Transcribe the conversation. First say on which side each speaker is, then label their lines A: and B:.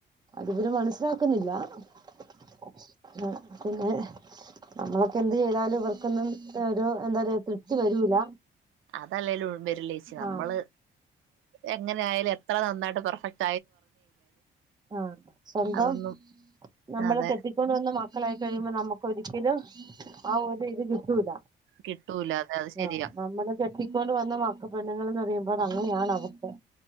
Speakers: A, on the right; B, on the right.
A: അത് ഇവര് മനസ്സിലാക്കുന്നില്ല <inaudible> ആ പിന്നെ നമ്മളൊക്കെ എന്ത് ചെയ്താലും ഇവർക്കൊന്നും ഒരു എന്താ പറയയാ തൃപ്തി വരൂല
B: അതല്ലേലും ഉഴമ്പരിലേച്ചി നമ്മള്
A: ആഹ്
B: എങ്ങനെ ആയാലും എത്ര നന്നായിട്ടും <unintelligible>
A: ആ സ്വന്തം
B: അതൊന്നും
A: നമ്മൾ
B: അതെ
A: കെട്ടിക്കൊണ്ട് വന്ന മക്കളായി കഴിയുമ്പോൾ നമുക്ക് ഒരിക്കലും ആ ഒരു ഇത് കിട്ടൂല
B: കിട്ടൂല അതെ അത് ശരിയാ
A: ആ നമ്മള് കെട്ടിക്കൊണ്ട് വന്ന ന്ന് മക്ക പെണ്ണുൾന്ന് പറയുമ്പോ അതങ്ങനെയാണ് അവർക്ക്